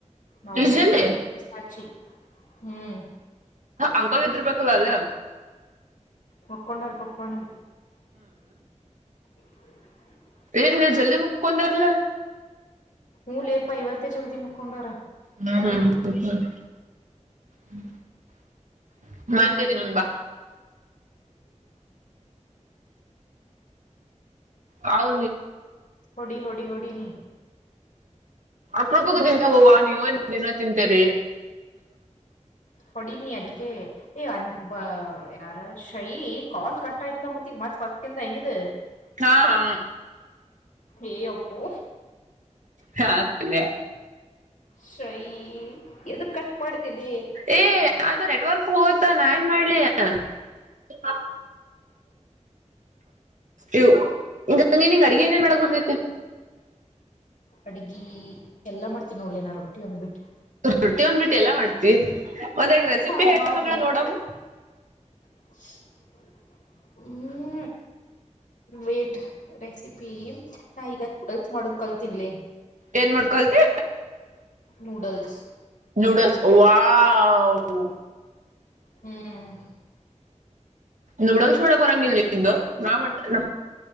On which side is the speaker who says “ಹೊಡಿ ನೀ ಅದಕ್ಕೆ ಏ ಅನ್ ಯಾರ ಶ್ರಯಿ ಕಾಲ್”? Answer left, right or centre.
Left